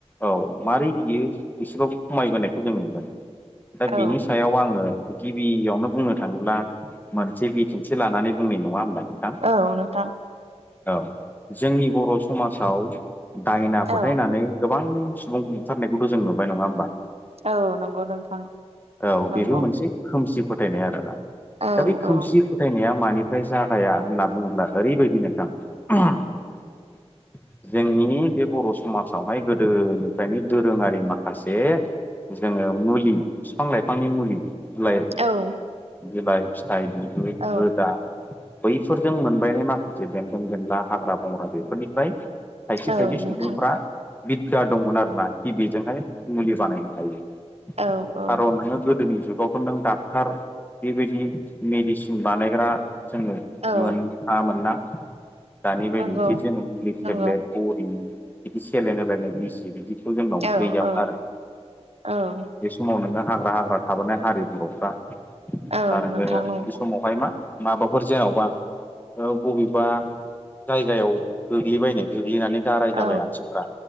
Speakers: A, on the left; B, on the right.
A: औ मारै बियो एसेबाबो खमायबोनायखौ जों नुगोन दा
B: औ
A: बिनि सायाव आङो गिबियावनो बुंनो थाङोब्ला मोनसे बिदिंथि लानानै बुंनाय नङा होमबा नोंथां
B: औ नोंथां।
A: औ जोंनि बर' समाजाव दायना फोथायनानै
B: औ
A: गोबां सुबुं ओंखारनायखौथ' जों नुबाय नङा होमबा
B: औ नंगौ नोंथां
A: औ
B: नंगौ
A: बेबो मोनसे खोमसि फोथायनाय आरोना
B: औ
A: दा बे
B: औ
A: खोमसि फोथायनाया मानिफ्राय जागाया होनना बुङोब्ला ओरैबायदि नोंथां <unintelligible> जोंनि बे बर' समाजावहाय गोदोनिफ्रायनो दोरोङारि माखासे जोङो मुलि फिफां लाइफांनि मुलि बिलाइ
B: औ
A: बिलाइ, फिथाइ, बिगुर,
B: औ
A: रोदा बैफोरजों मोनबायनाय माखासे बेन्दों बेनला हाग्रा बंग्रा बेफोरनिफ्राय खायसे
B: औ
A: खायसे
B: नोंथां
A: सुबुंफ्रा बिद्दा दंमोन आरो ना खि बिजोंहाय मुलि बानायनो हायो।
B: औ औ
A: खारन नोङो गोदोनि जुगावथ' नों डाक्टार बेबायदि मेडिसिन बानायग्रा जोङो
B: औ
A: मोन थाङामोन ना। दानि बायदिजे
B: नंगौ
A: जोङो मुलि
B: नंगौ
A: टेब्लेट बरि बिदि सेलेन होलायनाय बिजि बिदि थ' जोंनाव
B: औ
A: गैयामोन
B: औ
A: आरो।
B: औ
A: बे समाव नोङो हाग्रा हाग्रा थाबोनाय हारि बर'फ्रा दा
B: औ
A: नोङो
B: नोंथां नंगौ
A: बे समावहाय मा माबाफोर जेन'बा औ बबेबा जायगायाव गोग्लैबायनो गोग्लैनानै गाराय
B: औ
A: जाबाय आथिंफ्रा